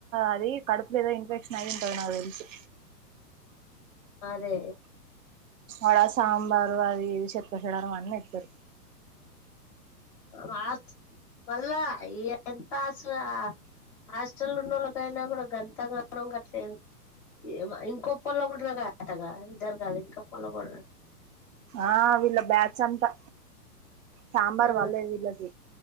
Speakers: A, on the right (about 55°); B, in the centre.
A: అది కడుపులో ఏదో ఇన్ఫెక్షన్ అయింటది నాకు తెలుసి
B: అదే
A: అడ సాంబారు అవి ఇవి చెత్త చెదారం అన్ని ఎత్తారు
B: <unintelligible> మళ్ళా ఈ ఎంత అసలా హాస్టల్లో ఉన్న వాళ్ళకైనా గూడా గంతగానం గట్లేదు. ఏమో ఇంకొ పుల్ల గూడ <unintelligible> ట గా ఇద్దరు గాదు ఇంకొ పుల్ల గూడా
A: ఆ వీళ్ళ బ్యాచ్ అంతా సాంబార్
B: ఆ
A: పల్లేదు వీళ్ళకి